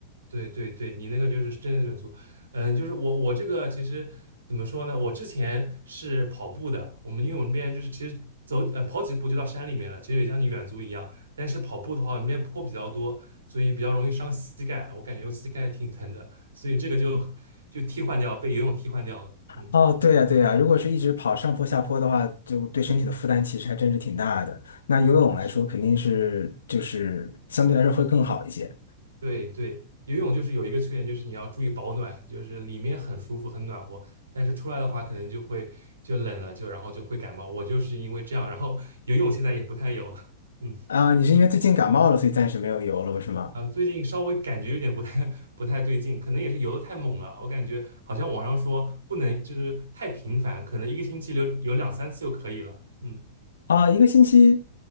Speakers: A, on the right; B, on the left.
A: 对对对，你那个就是真人远足，嗯，就是我我这个其实怎么说呢？我之前是跑步的，我们因为我们那边就是其实走呃跑几步就到山里面了，其实也像你远足一样。但是跑步的话，那边坡比较多，所以比较容易伤膝盖，我感觉我膝盖挺疼的，所以这个就 <laughs> 就替换掉，被游泳替换掉了。嗯，
B: 哦，对呀，对呀，如果是一直跑上坡下坡的话，就对身体的负担其实还真是挺大的。那游泳来说，
A: 是。
B: 肯定是就是相对来说会更好一些
A: 对对，游泳就是有一个缺点，就是你要注意保暖，就是里面很舒服很暖和，但是出来的话可能就会就冷了，就然后就会感冒。我就是因为这样，然后 <laughs> 游泳现在也不太有了，嗯
B: 啊。你是因为最近感冒了，所以暂时没有游了，是吗？
A: 啊，最近稍微感觉有点不太不太对劲，可能也是游的太猛了，我感觉好像网上说不能就是太频繁，可能一个星期游游两三次就可以了，嗯。
B: 啊，一个星期，